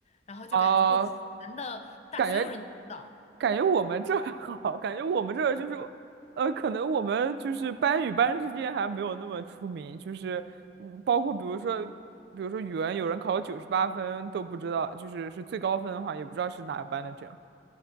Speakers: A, on the left; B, on the right.
A: 然后就感觉会传的大，
B: <laughs> 哦感觉
A: 所有人都知道。
B: 感觉我们这儿 <laughs> 还好，感觉我们这儿就是，呃，可能我们就是班与班之间还没有那么出名，就是，嗯，包括比如说，比如说语文，有人考了九十八分都不知道，就是是最高分的话，也不知道是哪个班的这样。